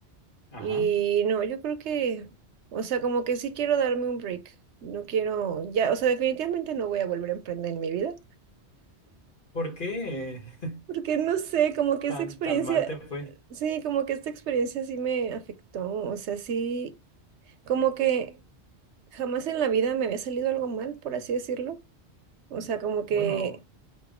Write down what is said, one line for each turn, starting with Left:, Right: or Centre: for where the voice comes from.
Left: Ajá.
Right: Y no, yo creo que, o sea, como que sí quiero darme un break. No quiero, ya, o sea, definitivamente no voy a volver a emprender en mi vida.
Left: ¿Por qué? <laughs>
Right: Porque no sé, como que
Left: Tan,
Right: esta experiencia,
Left: tan mal te fue.
Right: sí, como que esta experiencia sí me afectó. O sea, sí. Como que jamás en la vida me había salido algo mal, por así decirlo. O sea, como que...
Left: Bueno,